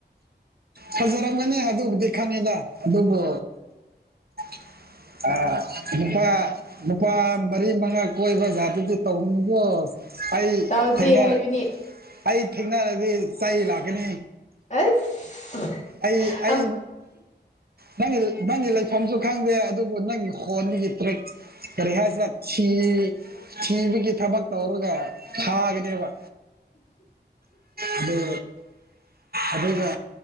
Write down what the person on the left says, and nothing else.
ꯇꯧꯗꯦ
ꯍꯥꯏꯕꯅꯤ
ꯑꯁ
ꯑꯝ